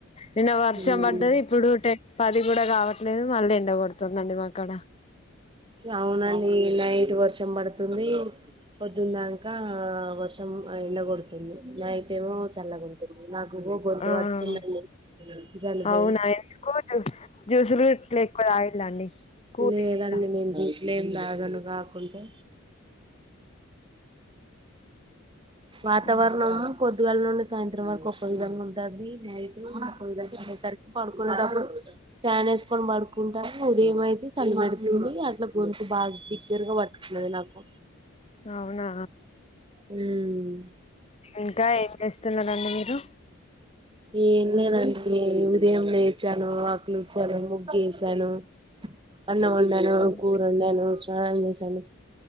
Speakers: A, on the left; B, on the right.
A: నిన్న వర్షం
B: ఉమ్
A: పడ్డది ఇప్పుడు టెన్ పది కూడా కావట్లేదు మళ్ళీ ఎండ కొడుతుందండి మా కాడ
B: అవునండి నైట్ వర్షం పడుతుంది పొద్దున్నంక వర్షం ఆ ఎండ గొడుతుంది నై టేమో చల్లగుంటుంది నాకును గొంతు
A: ఆ
B: పట్టుకుందండి జలుబై
A: అవునా ఎందుకు జూ జ్యూసులు ఇట్లా ఎక్కువ తాగిల్లండి కూల్
B: లేదా
A: గిట్లా
B: మసులే లేదను కాకుండా వాతావరణం
A: హ్మ్.
B: కొద్దిగాల నుండి సాయంత్రం వరకు ఒక కొయ్యద ఉంటుంది నైట్ కొయ ఇప్పేసరికి పడుకునేప్పుడు ఫ్యాన్ వేసుకొని పడుకుంటారు నువదేమైతే చల్లి పడుతుంది గంతు బాగా దిగ్గరగా పట్టుకున్నది నాకు
A: అవునా
B: హ
A: ఇంకా ఏం చేస్తున్నారండి మీరు
B: ఏన్న నా దేం లేచాను ఆకులిచ్చాను గేసాను అన్న ఒండాను
A: హ్మ్.
B: కూరు ఉందేను ఆ అసిను